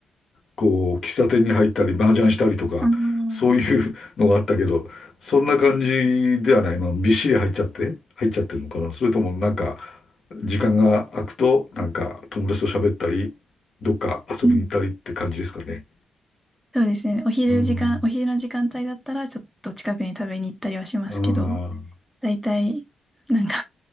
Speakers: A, on the left (about 40°); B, in the centre.
A: こう、喫茶店に入ったり、麻雀したりとか、
B: ああ、う
A: そういうのがあったけど、そんな感じではない。まあ、びっしり入っちゃって、入っちゃってるのかな。それともなんか、時間が空くと、なんか、友達と喋ったり、どっか遊びに行ったりって感じですかね。
B: ん。そうですね。お昼時間、
A: うん。
B: お昼の時間帯だったら、ちょっと近くに食べに行ったりはしますけど、
A: ああ。
B: 大体、なんか